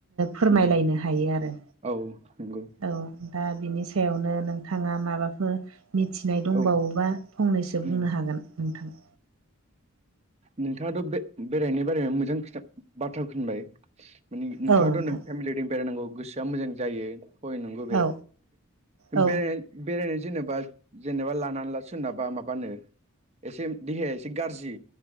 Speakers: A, on the right; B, on the right.
A: फोरमायलायनो
B: उम
A: हायो आरो
B: औ नंगौ
A: औ दा बिनि सायावनो नोंथाङा माबाफोर मिथिनाय दंबावोबा
B: औ
A: फंनैसो
B: उम
A: बुंनो हागोन नोंथां
B: नोंथाङाथ' बे बेरायनो बारै मोजां खिथा बाथ्रा खोनबाय माने नोंथाङाथ'
A: औ नोंथां
B: नों फेमिलिजों बेरायनांगौ गोसोआ मोजां जायो हय नंगौ बे
A: औ औ
B: बे बेरायनो जेनेबा जेनेबा लानानै सोरनाबा माबानो एसे देहाया एसे गाज्रि